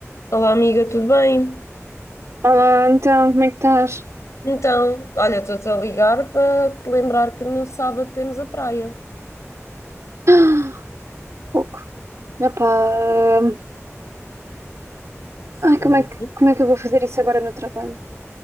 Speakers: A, on the left; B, on the right.
A: Olá, amiga, tudo bem?
B: Olá, então, como é que estás?
A: Então, olha, estou-te a ligar para te lembrar que no sábado temos a praia.
B: <gasps> Pouco. Epá,
A: Sim.
B: ai, como é que, como é que eu vou fazer isso agora no trabalho?